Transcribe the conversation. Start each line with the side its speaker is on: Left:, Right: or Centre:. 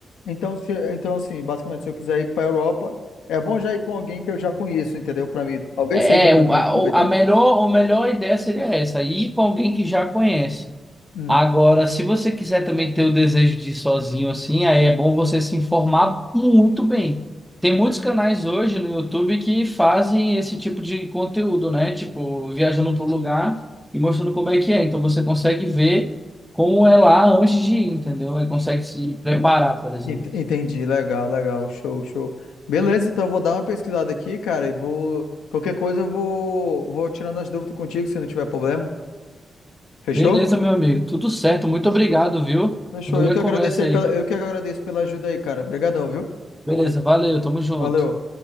Left: então, se, então assim, basicamente, se eu quiser ir para a Europa, é bom já ir com alguém que eu já conheço, entendeu? Para mim, talvez
Centre: É,
Left: seja para
Centre: é, o-
Left: mim
Centre: a,
Left: aproveitar.
Centre: o- a melhor, a melhor ideia seria essa, ir com alguém que já conhece.
Left: Hum.
Centre: Agora, se você quiser também ter o desejo de ir sozinho assim, aí é bom você se informar muito bem. Tem muitos canais hoje no YouTube que fazem esse tipo de conteúdo, né? Tipo, viajando para o lugar e mostrando como é que é. Então você consegue ver como é lá antes de ir, entendeu? Aí consegue se preparar, por exemplo.
Left: Ent- Entendi, legal, legal, show, show. Beleza, então eu vou dar uma pesquisada aqui, cara, e vou. Qualquer coisa eu vou, vou tirando as dúvidas contigo, se não tiver problema. Fechou?
Centre: Beleza, meu amigo. Tudo certo. Muito obrigado, viu?
Left: Fechou.
Centre: Adorei
Left: Eu que
Centre: a conversa
Left: agradeço aí
Centre: aí.
Left: pela, eu que agradeço pela ajuda aí, cara. Obrigadão, viu?
Centre: Beleza, valeu. Tamo junto.
Left: Valeu.